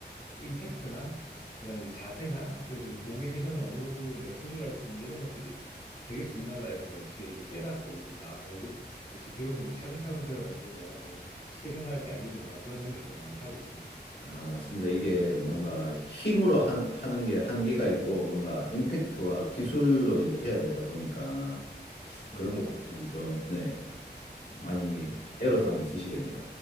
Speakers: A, on the left; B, on the left.
A: 임팩트나 그다음에 이제 자세나 그래서 이제 공의 회전을 어느 정도 내가 조절할 수 있는 이런 것들이 되게 중요하다 이런 걸 뒤에 좀 깨닫고 그래서 아 결국 역시 배우는 게 차근차근 배워야지 내가 뭐 쉽게 생각할 게 아니구나 그런 <laughs> 생각을 많이 하고 있습니다.
B: 아, 맞습니다. 이게 뭔가 힘으로 하, 하는 게 한계가 있고 뭔가 임팩트와 기술로 이제 해야 되다 보니까 그런
A: 음 맞습니다
B: 부분에서
A: 맞습니다.
B: 이제 좀, 네,
A: 음.
B: 많이 애로사항이 있으시겠네요.